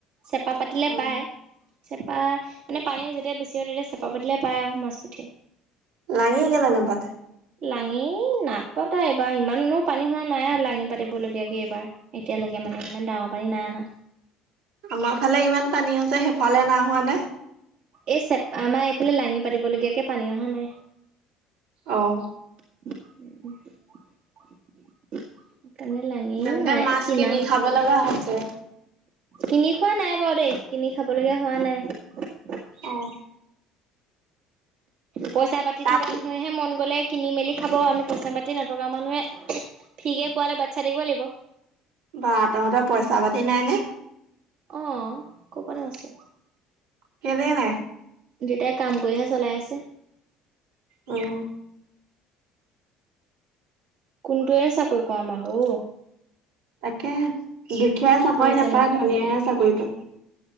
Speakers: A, on the right; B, on the right.
A: চেপা পাতিলে
B: অ',
A: পাই। চেপা মানে পানী যেতিয়া বেছি হয় তেতিয়া চেপা পাতিলে পায় আৰু মাছ পুঠি।
B: লাাগি গলে নেপাতে।
A: লাঙি নাপাতো এইবাৰ ইমানো পানী হোৱা নাই আৰু লাঙি পাতিবলিগায়া কে এইবাৰ এতিয়ালৈকে। মানে ইমান ডাঙৰ পানী নাই আহা।
B: আমাৰ ফালে ইমান পানী হৈছে সেইফালে নাই হোৱা নে?
A: এই চেপ আমাৰ এইফালে লাঙি পাতিবলগীয়াকে পানী অহা নাই।
B: অ'।
A: <unintelligible> তনে লাঙি
B: তেন্তে
A: নাই
B: মাছ
A: কি
B: কিনি
A: ন
B: খাব লগা হৈছে।
A: কিনি খোৱা নাই বাৰু দেই কিনি খাবলগীয়া হোৱা নাই
B: আহঁ।
A: পইচা পাতি
B: তাত
A: থকা মানুহেহে মন গ'লে কিনি মেলি খাব আমি পইছা পাতি নথকা মানুহে ফিকে পোৱাতে বাত চাই থাকিব লাগিব।
B: বা তহঁতৰ পইচা পাতি নাই নে?
A: আহ ক'পালত আছে
B: কেলে নাই
A: দেউতাই কাম কৰিহে চলাই আছে
B: আহ
A: কোনটয়ে চাকৰি ক আমাক অ
B: তাকে দুখীয়া চাকৰি নাপায়
A: যেনেকে
B: ধনীযেহে চাকৰি পায়